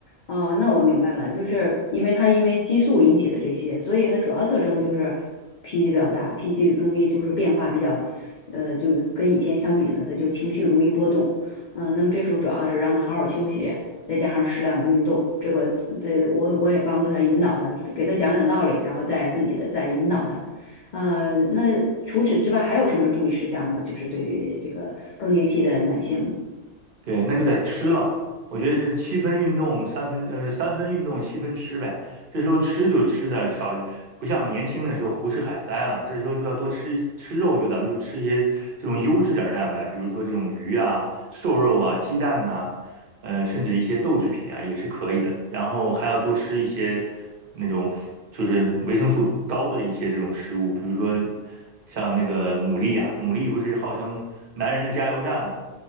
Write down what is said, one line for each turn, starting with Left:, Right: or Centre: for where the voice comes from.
Left: 哦，那我明白了，就是因为他因为激素引起的这些，所以呢，主要特征就是脾气比较大，脾气容易就是变化比较，呃，就跟以前相比呢，他就是情绪容易波动，嗯、那么这时候主要是让他好好休息，再加上适量的运动，这个对我我也帮助他引导他，给他讲讲道理，然后再自己的再引导他，呃，那除此之外还有什么注意事项吗？就是对于这个更年期的男性。
Right: 对，那就得吃了。我觉得是七分运动，三分呃三分运动，七分吃呗。这时候吃就吃的少，不像年轻的时候胡吃海塞了。这时候就要多吃吃肉，就咱们就吃一些这种优质点儿的蛋白，比如说这种鱼啊、瘦肉啊、鸡蛋呐、呃，甚至一些豆制品啊也是可以的。然后还要多吃一些那种就是维生素高的一些这种食物，比如说像那个牡蛎啊，牡蛎不是号称男人的加油站嘛？